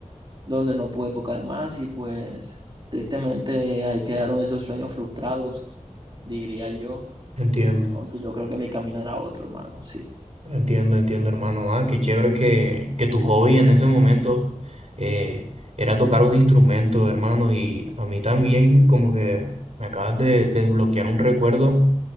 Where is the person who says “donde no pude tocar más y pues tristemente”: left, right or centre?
Right